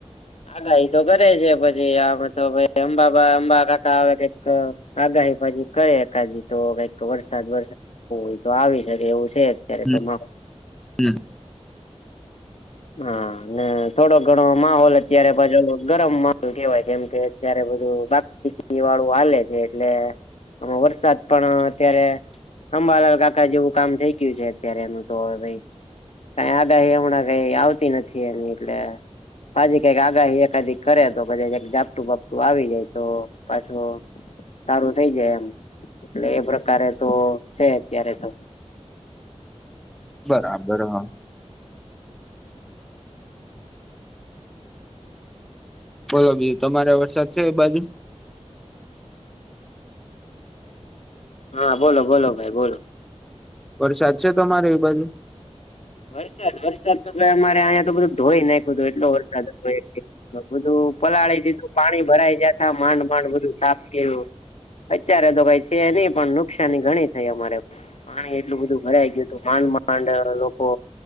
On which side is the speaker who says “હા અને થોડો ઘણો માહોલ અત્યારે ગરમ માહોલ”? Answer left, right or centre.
Left